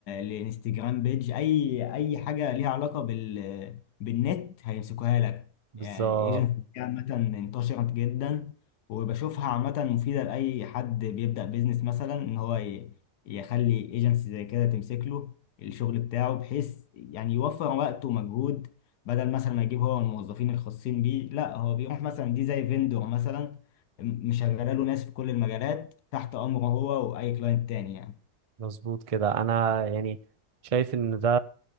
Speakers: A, on the left; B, on the right.
A: للانستجرام بيج اي اي حاجه ليها علاقه بال بالنت هيمسكوها لك
B: بالظبط
A: يعني ايجنت عامه انتشرت جدا وبشوفها عامه مفيده لاي حد بيبدا بيزنس مثلا ان هو ي- يخلي ايجنسي زي كده تمسك له الشغل بتاعه بحيث يعني يوفر وقت ومجهود بدل مثلا ما يجيب هو الموظفين الخاصين بيه لا هو بيروح مثلا دي زي فيندور مثلا م- مشغله له ناس في كل المجالات تحت امره هو واي كلاينت تاني يعني
B: مظبوط كده انا يعني شايف ان ده